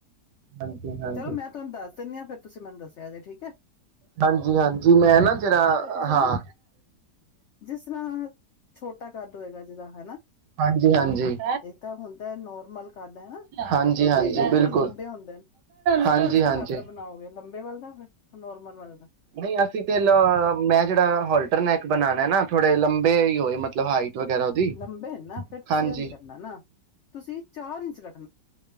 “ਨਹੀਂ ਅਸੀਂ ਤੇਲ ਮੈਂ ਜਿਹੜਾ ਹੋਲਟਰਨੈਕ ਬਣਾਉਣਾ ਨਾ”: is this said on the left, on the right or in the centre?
Right